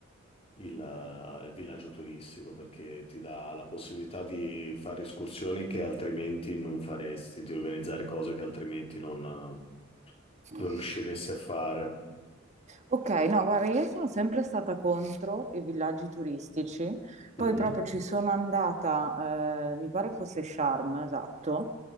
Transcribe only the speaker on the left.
il, eh, il villaggio turistico perché ti dà la possibilità di fare escursioni che altrimenti non faresti, di organizzare cose che altrimenti non, non
riusciresti a fare.
Mhm,